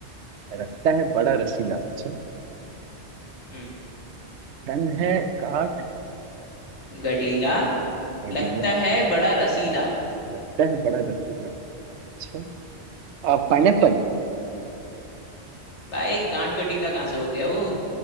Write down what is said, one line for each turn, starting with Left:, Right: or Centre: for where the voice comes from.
Right: लगता है बड़ा रसीला अच्छा
Left: हम्म
Right: तन है गाढ़
Left: गठीला
Right: कटीला
Left: लगता है बड़ा रसीला
Right: लगता है बड़ा रसीला अच्छा आ, पाइनएप्पल
Left: भाई गांठ गठीला कहाँ से हो गया वो